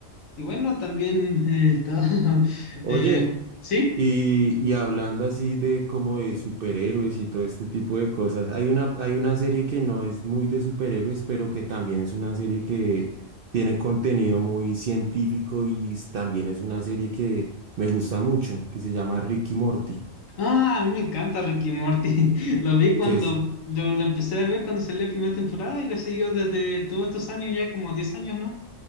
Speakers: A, on the left; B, on the right.
A: y bueno, también eh, todo, <laughs>
B: Oye,
A: eh, sí.
B: Y, y hablando así de como de superhéroes y todo este tipo de cosas, hay una, hay una serie que no es muy de superhéroes, pero que también es una serie que tiene contenido muy científico y s- también es una serie que me gusta mucho, que se llama Ricky Morty,
A: Ah, a mí me encanta Ricky Morty. <laughs> Lo vi cuando
B: que es,
A: lo, lo empecé a ver cuando salió la primera temporada y lo siguió desde todos estos años, ya como diez años, ¿no?